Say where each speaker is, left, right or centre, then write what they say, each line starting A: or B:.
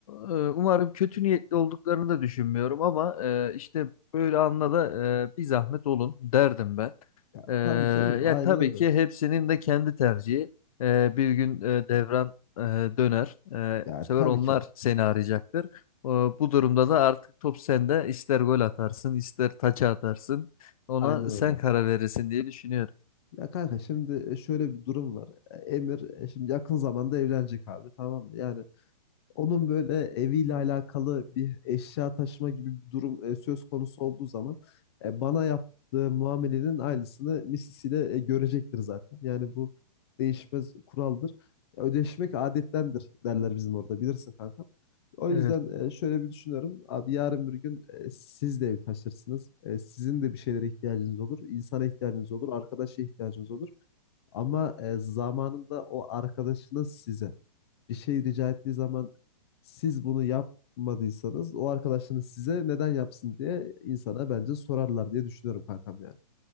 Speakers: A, on the left; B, on the left.
A: e, umarım kötü niyetli olduklarını da düşünmüyorum ama e, işte böyle anla da e, bir zahmet olun derdim ben.
B: Ya
A: E,
B: tabii canım aynen
A: ya tabii
B: öyle.
A: ki hepsinin de kendi tercihi. Ee, bir gün e, devran e, döner. E,
B: Ya
A: bu sefer
B: tabii
A: onlar
B: ki
A: seni arayacaktır. E, bu durumda da artık top sende. ister gol atarsın, ister taça atarsın. Ona
B: aynen öyle.
A: sen karar verirsin diye düşünüyorum.
B: Ya kanka şimdi e, şöyle bir durum var. E, Emir e, şimdi yakın zamanda evlenecek abi tamam mı? Yani Onun böyle eviyle alakalı bir eşya taşıma gibi bir durum e, söz konusu olduğu zaman e, bana yaptığı muamelenin aynısını misisiyle e, görecektir zaten. Yani bu değişmez kuraldır. Ya, Ödeşmek adettendir derler bizim orada bilirsin kanka. O
A: Evet.
B: yüzden e, şöyle bir düşünüyorum. Abi yarın bir gün e, siz de ev taşırsınız. E, Sizin de bir şeylere ihtiyacınız olur. İnsana ihtiyacınız olur. Arkadaşa ihtiyacınız olur. Ama e, zamanında o arkadaşınız size bir şey rica ettiği zaman siz bunu yapmadıysanız o arkadaşınız size neden yapsın diye insana bence sorarlar diye düşünüyorum kankam yani.